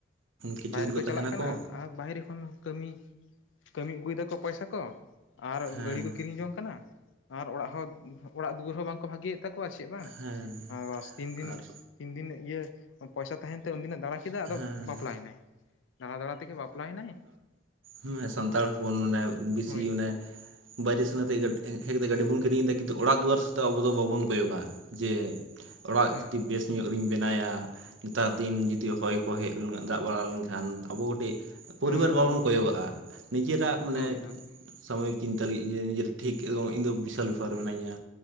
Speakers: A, on the right (about 80°); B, on the left (about 75°).
A: ᱠᱤᱪᱷᱩ
B: ᱵᱟᱭᱨᱮ
A: ᱫᱤᱱ
B: ᱠᱚ ᱪᱟᱞᱟᱜ
A: ᱛᱟᱦᱮᱱᱟᱠᱚ
B: ᱠᱟᱱᱟ ᱟᱨ ᱵᱟᱦᱨᱮ ᱠᱷᱚᱱ ᱠᱟᱹᱢᱤ, ᱠᱟᱹᱢᱤ ᱟᱹᱜᱩᱭ ᱫᱟᱠᱚ ᱯᱚᱭᱥᱟ ᱠᱚ᱾ ᱟᱨ
A: ᱦᱮᱸ
B: ᱜᱟᱹᱲᱤ ᱠᱚ ᱠᱤᱨᱤᱧ ᱡᱚᱝ ᱠᱟᱱᱟ ᱟᱨ ᱚᱲᱟᱜ ᱦᱚᱸ ᱚᱲᱟᱜ ᱫᱩᱣᱟᱹᱨ ᱦᱚᱸ ᱵᱟᱝᱠᱚ ᱵᱷᱟᱜᱮ ᱮᱫ ᱛᱟᱠᱚᱣᱟ ᱪᱮᱫ ᱵᱟᱝ
A: ᱦᱮᱸ
B: ᱟᱨ ᱵᱟᱥ ᱛᱤᱱ ᱫᱤᱱ
A: ᱟᱨ
B: ᱛᱤᱱ ᱫᱤᱱ ᱤᱭᱟᱹ ᱯᱚᱭᱥᱟ ᱛᱟᱦᱮᱸᱭᱮᱱ ᱛᱟᱭᱟ ᱩᱱᱫᱤᱱᱮ ᱫᱟᱬᱟ ᱠᱮᱫᱟᱭ ᱟᱫᱚ
A: ᱦᱮᱸ
B: ᱵᱟᱯᱞᱟᱭᱮᱱᱟᱭ, ᱫᱟᱬᱟ ᱫᱟᱬᱟ ᱛᱮᱜᱮ ᱵᱟᱯᱞᱟᱭᱮᱱᱟᱭ
A: ᱦᱮᱸ ᱥᱟᱱᱛᱟᱲ ᱦᱚᱯᱚᱱ ᱚᱱᱮ ᱵᱮᱥᱤ
B: ᱦᱳᱭ
A: ᱚᱱᱮ ᱵᱟᱭᱨᱮ ᱥᱮᱱ ᱠᱟᱛᱮ ᱜᱟ ᱦᱮᱡ ᱠᱟᱛᱮ ᱜᱟᱹᱰᱤ ᱵᱚᱱ ᱠᱤᱨᱤᱧ ᱮᱫᱟ ᱠᱤᱱᱛᱩ ᱚᱲᱟᱜ ᱫᱩᱣᱟᱹᱨ ᱥᱮᱫ ᱫᱚ ᱟᱵᱚ ᱫᱚ ᱵᱟᱵᱚᱱ ᱠᱚᱭᱚᱜᱟ ᱡᱮ ᱚᱲᱟᱜ
B: ᱦᱳᱭ
A: ᱠᱟᱹᱴᱤᱡ ᱵᱮᱥ ᱧᱚᱜ ᱨᱤᱧ ᱵᱮᱱᱟᱭᱟ, ᱱᱮᱛᱟᱨ ᱫᱤᱱ ᱡᱩᱫᱤ ᱦᱚᱭ ᱠᱚ ᱦᱮᱡ ᱞᱮᱱᱠᱷᱟᱱ ᱫᱟᱜ ᱵᱟᱲᱟ ᱞᱮᱱᱠᱷᱟᱱ ᱟᱵᱚ ᱠᱟᱹᱴᱤᱡ ᱯᱚᱨᱤᱵᱟᱨ
B: ᱦᱳᱭ
A: ᱵᱟᱵᱚᱱ
B: ᱦᱳᱭ
A: ᱠᱚᱭᱚᱜᱟᱜᱼᱟ ᱱᱤᱡᱮᱨᱟᱜ ᱢᱟᱱᱮ
B: ᱦᱳᱭ ᱦᱳᱭ
A: ᱥᱟᱢᱚᱭᱤᱠ ᱪᱤᱱᱛᱟᱹ ᱞᱟᱹᱜᱤᱫ ᱤᱭᱟᱹ ᱱᱤᱡᱮᱨ ᱴᱷᱤᱠ ᱟᱫᱚ ᱤᱧ ᱫᱚ ᱵᱤᱥ ᱛᱟᱱ ᱯᱷᱟᱨ ᱢᱤᱱᱟᱹᱧᱟ